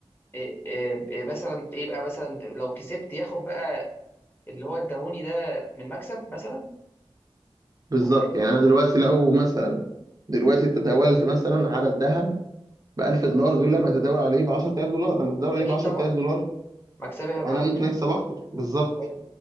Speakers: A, on the left (about 20°); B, on the right (about 35°).
A: إيه إيه إيه مثلا ايه بقى مثلا لو كسبت ياخد بقى اللي هو اداهوني ده من مكسب مثلا
B: بالظبط
A: ولا ايه
B: يعني انا دلوقتي لو مثلا دلوقتي تداولت مثلا على الذهب ب 1000 دولار غير لما تداول عليه ب 10000 دولار لما تداول عليه
A: اكيد
B: ب 10000
A: طبعا
B: دولار
A: مكسبي هيبقى
B: فانا
A: اكبر
B: ممكن اكسب اكتر بالظبط
A: حلو